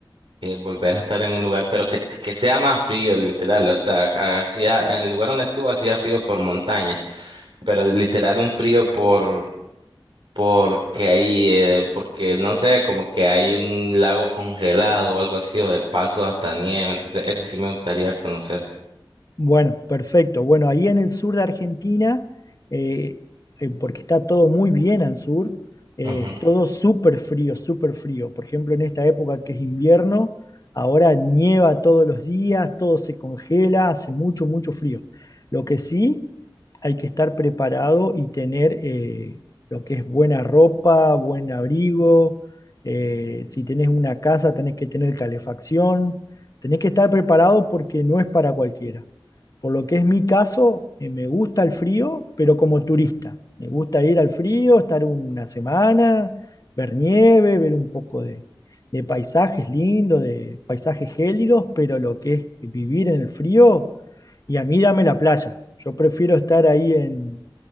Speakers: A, on the right; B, on the left.
A: eh, volver a estar en un lugar, pero que, que sea más frío, literal. O sea, hacía, en el lugar donde estuve hacía frío por montaña, pero literal un frío por porque ahí, eh, porque no sé, como que hay un lago congelado o algo así, o de paso hasta nieve, entonces eso sí me gustaría conocer.
B: Bueno, perfecto. Bueno, ahí en el sur de Argentina, eh, eh, porque está todo muy bien al sur, eh,
A: Ujú.
B: es todo súper frío, súper frío. Por ejemplo, en esta época que es invierno, ahora nieva todos los días, todo se congela, hace mucho, mucho frío. Lo que sí, hay que estar preparado y tener eh, lo que es buena ropa, buen abrigo. eh, si tenés una casa, tenés que tener calefacción. Tenés que estar preparado porque no es para cualquiera. Por lo que es mi caso, eh, me gusta el frío, pero como turista. Me gusta ir al frío, estar una semana, ver nieve, ver un poco de, de paisajes lindos, de paisajes gélidos, pero lo que es vivir en el frío, y a mí dame la playa. Yo prefiero estar ahí en,